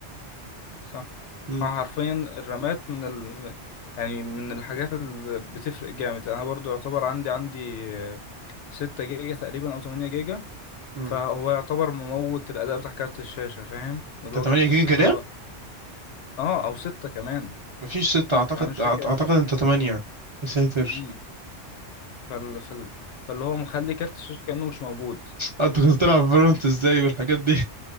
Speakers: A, on the left (about 75°); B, on the right (about 40°).
A: صح
B: مم.
A: اه حرفيا الرامات من ال... يعني من الحاجات اللي بتفرق جامد انا برضو يعتبر عندي عندي آه، ستة جيجا تقريبا او تمانية جيجا
B: مم.
A: فهو يعتبر مموت الاداء بتاع كارت الشاشة فاهم اللي
B: انت
A: هو
B: 8
A: كارت
B: جيجا
A: الشاشة هو
B: رام
A: اه او ستة كمان
B: مفيش 6 اعتقد
A: يعني مش
B: أعت-
A: فاكر
B: اعتقد انت 8 يا ساتر
A: مم. فال... فال... فاللي هو مخلي كارت الشاشة كأنه مش موجود
B: انت كنت بتلعب فالورانت ازاي والحاجات دي